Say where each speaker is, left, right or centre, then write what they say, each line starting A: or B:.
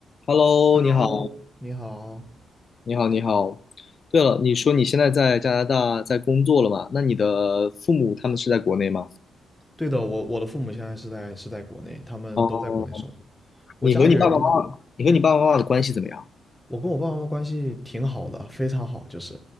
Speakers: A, on the left (about 40°); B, in the centre.
A: Hello，
B: Hello，
A: 你好，
B: 你好。
A: 你好，你好。对了，你说你现在在加拿大在工作了嘛？那你的父母他们是在国内吗？
B: 对的，我我的父母现在是在是在国内，他们都在国内生活。
A: 哦，
B: 我家里人嗯都在国内
A: 你和你爸爸妈妈，你和你爸爸妈妈的关系怎么样？
B: 我跟我爸爸妈妈关系挺好的，非常好，就是